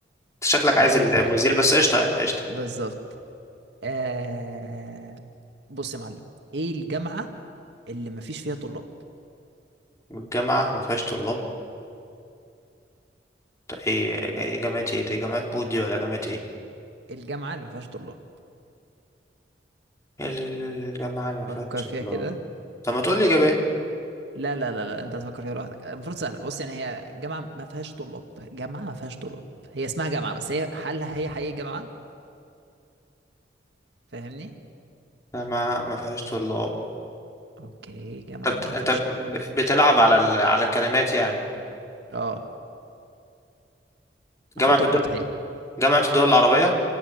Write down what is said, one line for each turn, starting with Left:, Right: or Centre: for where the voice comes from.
Left: أنت شكلك
Right: هقول
Left: عايز المزيل
Right: لك حاجة
Left: بس قشطه يعني قشطه
Right: بالظبط آه... بص يا معلم ايه الجامعة اللي مفيش فيها طلاب
Left: الجامعه ما فيهاش طلاب ده ايه إيه جامعه ايه دي جامعه مود دي ولا جامعه ايه
Right: الجامعة اللي ما فيهاش طلاب
Left: الجامعه اللي ما فيهاش
Right: فكر فيها
Left: طلاب
Right: كده
Left: طب ما تقول لي اجابات
Right: لا لا لا لا انت هتفكر فيها لوحدك المفروض سهلة بص يعني هي جامعة ما فيهاش طلاب جامعة ما فيهاش طلاب هي اسمها جامعة بس هي هل هي حقيقي جامعة فاهمني
Left: جامعه ما فيهاش طلاب
Right: اوكي جامعة
Left: طب
Right: ما
Left: انت
Right: فيهاش طلاب
Left: بتلعب على ال... على الكلمات يعني
Right: اه
Left: جامعة
Right: المفروض تلقطها يعني
Left: جامعة الدول العربية